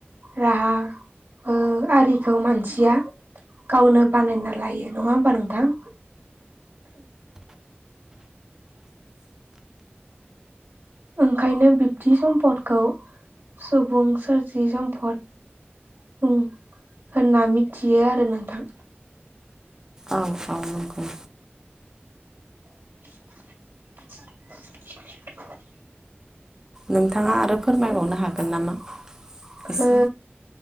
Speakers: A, on the right (about 60°); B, on the right (about 15°).
A: राहा ओ आरिखौ मानसिया गावनो बानायना लायो नङा होमबा नोंथां ओंखायनो बिब्दि सम्पदखौ सुबुं सोरजि सम्फद बुं होनना मिथियो आरो नोंथां।
B: औ औ नंगौ
A: <inaudible>
B: नोंथाङा आरो फोरमायबावनो हागोन नामा। एसे
A: ओ